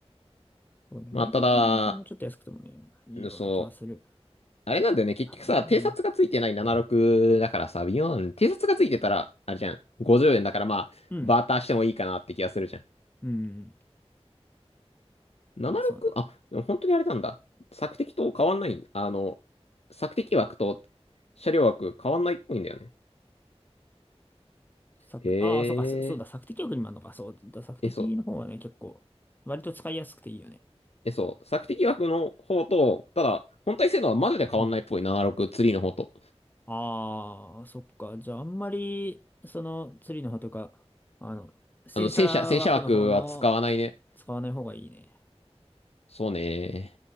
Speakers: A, on the left; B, on the left.
A: そうね、
B: まあ、
A: ルイカなのかもうちょっと安くてもね、
B: ただ、
A: いいような気はする。
B: うんそう、あれなんだよね、結局さ、
A: からな。
B: 偵察がついてない76だからさ、
A: うん。
B: 微妙なのね。偵察がついてたら、あれじゃん、50円だからまあ、
A: うん
B: バーターしてもいいかなって気がするじゃん。
A: うん。
B: 76?
A: まあそうね。
B: あ、でも本当にあれなんだ。索敵と変わんないんだ。あの、索敵枠と車両枠変わんないっぽいんだよね。
A: 作、
B: へ
A: ああ、そうか、そそうだ、
B: え。
A: 索敵力にもあるのか。そうだ、索敵の方はね、
B: え、そう。
A: 結構、割と使いやすくていいよね。
B: え、そう、索敵枠の方と、ただ、本体性能はマジで変わんないっぽい、
A: うん。
B: 7 6ーの方と。
A: ああ、そっか。じゃあ、あんまり、その、釣りの方とか、あの、戦車枠の方の
B: あの、戦車、戦車枠は使わないね。
A: 使わない方がいいね。
B: そうね。